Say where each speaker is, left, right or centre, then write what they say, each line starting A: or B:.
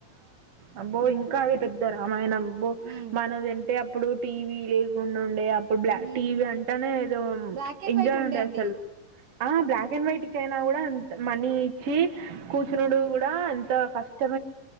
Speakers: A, on the right; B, on the right.
A: అబ్బో
B: ఉమ్
A: ఇంకా అవి పెద్ద రామాయణ అబ్బో
B: ఉమ్
A: మనది ఎ అంటే అప్పుడు టీవీ లేకుండా అప్పుడు
B: ఉమ్
A: బ్లాక్ టీవీ అంటేనే ఏదో
B: బ్లాక్ అండ్
A: ఎంజాయ్
B: వైట్
A: ఉండే
B: అండి
A: అసలు ఆ బ్లాక్ అండ్ వైట్క అయినా కూడాంత మనీ ఇచ్చి కూర్చునుడు కూడా అంత కష్టం